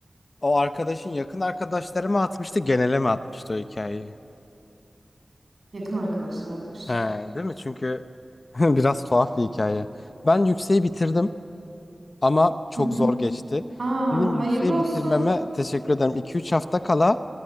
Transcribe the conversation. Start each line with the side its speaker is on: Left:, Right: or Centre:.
Left: o arkadaşın yakın arkadaşları mı atmıştı, genele mi atmıştı o hikayeyi?
Right: Yakın arkadaşlar atmıştı.
Left: He, değil mi? Çünkü <laughs> biraz tuhaf bir hikaye. Ben yükseği bitirdim. Ama çok
Right: Hı hı.
Left: zor geçti.
Right: Aa,
Left: Benim yükseği
Right: hayırlı
Left: bitirmeme
Right: olsun.
Left: teşekkür ederim. 2-3 hafta kala